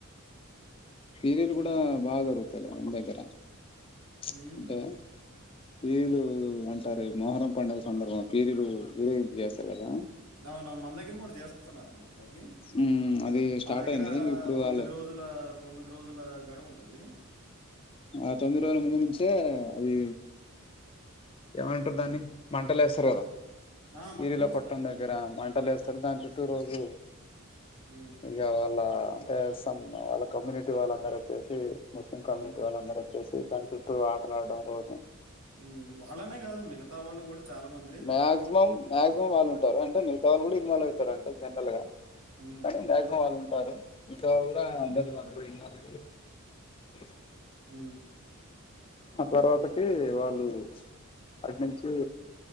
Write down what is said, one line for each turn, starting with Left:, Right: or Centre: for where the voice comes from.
Left: పీరీలు కూడా బాగా జరుగుతాయిలే మన దగ్గర చ్
Right: హ్మ్
Left: అంటే పీరులు అంటారే మొహరం పండగ సందర్భంగా పీరులు ఉరేగింపు చేస్తారు కదా.
Right: అవునవును మన దగ్గర కూడా చేస్తున్నారండి ఇప్పుడు అది.
Left: ఉమ్ అది స్టార్ట్
Right: మా దగ్గర
Left: అయింది ఇప్పుడు
Right: తొమ్మిది
Left: వాళ్ళు
Right: రోజుల తొమ్మిది రోజుల గడువు ఉంటది.
Left: ఆ తొమ్మిది రోజుల ముందు నుంచే అది ఏమంటారు
Right: హ్మ్.
Left: దాన్ని మంటలేస్త తరదా
Right: ఆ!
Left: పీరిలా
Right: మంటలేస్తారు
Left: కొట్టం
Right: గుండం.
Left: దగ్గర మంటలేస్త లేస్తారు దాని చుట్టూ రోజు
Right: హ్మ్.
Left: ఇక వాళ్ళ అంటే సమ్ వాళ్ళ కమ్యూనిటీ వాళ్ళందరు వచ్చేసి ముస్లిం కమ్యూనిటీ
Right: హ్మ్.
Left: వాళ్ళందరు వచ్చేసి. దాని చుట్టూ ఆటలాడడం రోజు
Right: ఉ వాళ్ళనే కాదు మిగతా వాళ్ళు కూడా చాలా మంద్రి
Left: మాక్సిమమ్ మాక్సిమమ్ వాళ్ళు ఉంటారు అంటే మిగతా వాళ్లు కూడా ఇన్వాల్ అయ్ తారు అంటే జనరల్గా
Right: హ్మ్.
Left: కానీ మాక్సిమమ్ వాళ్ళు ఉన్ టారు ఇంకా కూడా అందరు వాళ్ళు విన్నారు <unintelligible>
Right: ఉ
Left: ఆ తర్వాతకి వాళ్ళు అట్నుంచి